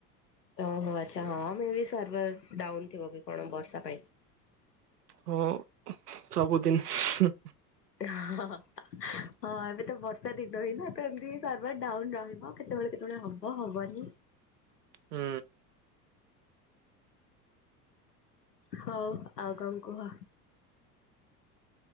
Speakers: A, on the left (about 80°); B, on the right (about 75°).
A: ଓହୋ ଆଛା ହଁ ମେ ବି ସର୍ଭର ଡାଉନ ଥିବ କି କଣ ବର୍ଷା ପାଇଁ।
B: ହଁ ସବୁଦିନ।
A: ହଁ ଏବେ ତ ବର୍ଷା ଦିନ ହିଁ ନା ତ ଏମିତି ସର୍ଭର ଡାଉନ ରହିବ କେତୋବେଳେ କେତୋବେଳେ ହବ ହବନି।
B: ହୁଁ।
A: ହୋଉ ଆଉ କଣ କୁହ?